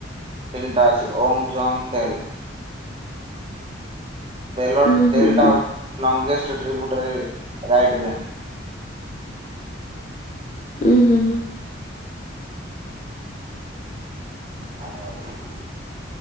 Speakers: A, on the right; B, on the left.
A: ତିନଟା ଅଛି ଓମ୍ ଜଙ୍ଗ ତେଲ ତେଲ
B: ଉଁ
A: ତେଲ
B: ହୁଁ ହୁଁ
A: ଟା ହଉଛି ଲଙ୍ଗେଷ୍ଟ <unintelligible> ବ୍ୟାଙ୍କ।
B: ଉୁଁ ହୁଁ ହୁଁ।
A: ଆଉ